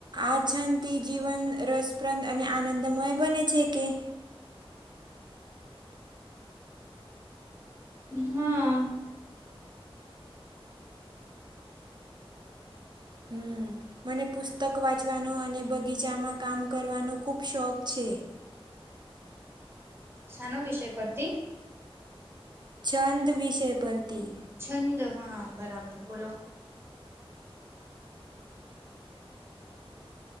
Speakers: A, on the right (about 45°); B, on the right (about 25°).
A: આ છંદથી જીવન રસપ્રદ અને આનંદમય બને છે કે
B: હા.
A: હમ્મ. મને પુસ્તક વાંચવાનો અને બગીચામાં કામ કરવાનો ખૂબ શોખ છે.
B: શાનો વિષય પરથી
A: છંદ વિષય પરથી
B: છંદ હા બરાબર બોલો.